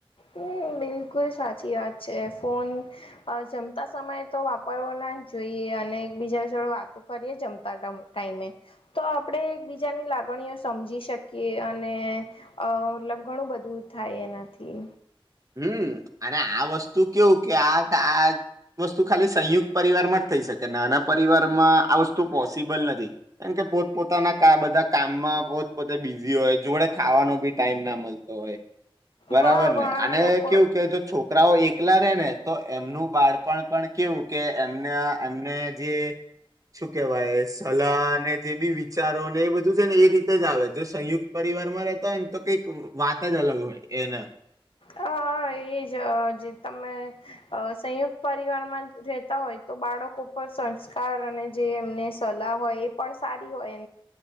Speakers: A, on the left (about 70°); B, on the right (about 35°).
A: હમ બિલકુલ સાચી વાત છે ફોન જમતા સમયે તો વાપરવાોન જોઈએ અને એકબીજા જોડે વાતો કરીએ જમતા ટાઈમે તો આપણેે એકબીજાની. લાગણીઓ સમજી શકીએ અને મતલબ ઘણું બધું થાય એનાથી.
B: હમ્મ અને આ વસ્તુ કેવું કે આ આ. વસ્તુ ખાલી સંયુક્ત પરિવાર માં જ થઈ શકે નાના પરિવારમાં આ વસ્તુ પોસિબલ નથી કેમ કે. પોતપોતાના બધા કામમાં પોત પોતે બિઝી હોય જોડે ખાવાનો ભી ટાઈમ ના મળતો હોય. બરાબર
A: હા ઘણા
B: ને અને
A: લોકો
B: કેવું કે જો છોકરાઓ એક. એકલા રેને તો એમનું બાળપણ પણ કેવું કે એમને એમને જે. શું કેવાય સલાહ અનેને જે બી વિચારો ને એ બધું છે ને એ રીતે. જ આવે જો સંયુક્ત પરિવાર માં રેતા હોય ને તો કઈક વાત જ અલગ હોય એના.
A: હ એજ જે તમે સંયુક્ત પરિવારમાં રહેતા હોય તો. બાળકો પર સંસ્કાર અને જે એમને સલાહ હોય એ પણ સારી હોય.